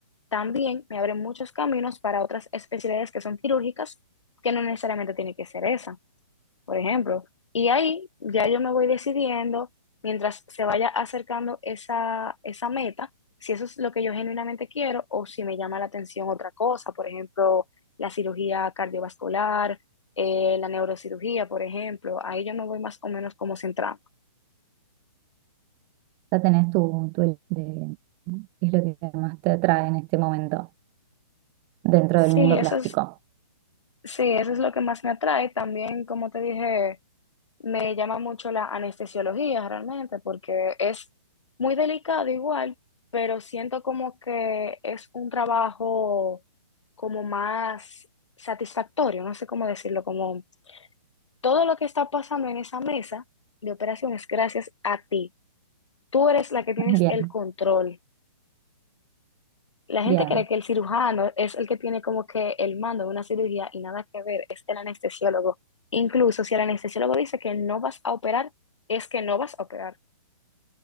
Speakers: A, on the left; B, on the right.
A: también me abre muchos caminos para otras especialidades que son quirúrgicas, que no necesariamente tiene que ser esa por ejemplo. Y ahí ya yo me voy decidiendo, mientras se vaya acercando esa, esa meta, si eso es lo que yo genuinamente quiero o si me llama la atención otra cosa, por ejemplo, la cirugía cardiovascular, eh, la neurocirugía, por ejemplo. Ahí yo me voy más o menos como centrando.
B: Ya tenés tu, tu el- de qué es lo que más te atrae en este momento dentro
A: Sí,
B: del mundo
A: eso
B: plástico.
A: es, sí, eso es lo que más me atrae. También, como te dije, me llama mucho la anestesiología realmente, porque es muy delicado igual, pero siento como que es un trabajo como más satisfactorio, no sé cómo decirlo, como todo lo que está pasando en esa mesa de operaciones gracias a ti. Tú eres la que tienes
B: Bien,
A: el control. La gente
B: bien.
A: cree que el cirujano es el que tiene como que el mando de una cirugía y nada que ver, es el anestesiólogo. Incluso si el anestesiólogo dice que no vas a operar, es que no vas a operar.